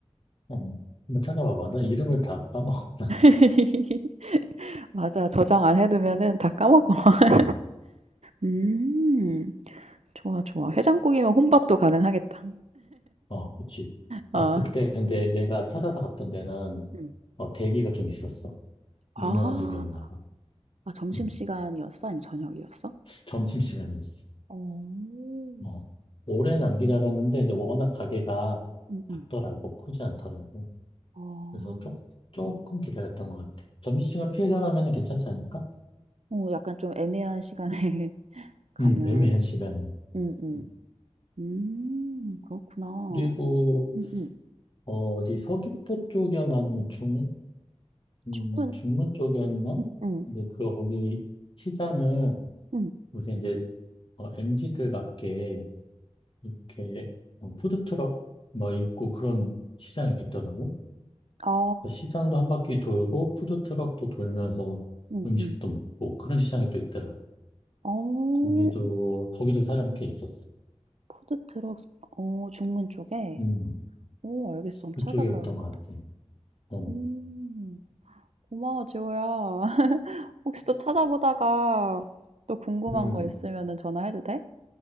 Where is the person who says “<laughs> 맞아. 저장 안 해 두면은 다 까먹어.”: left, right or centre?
Right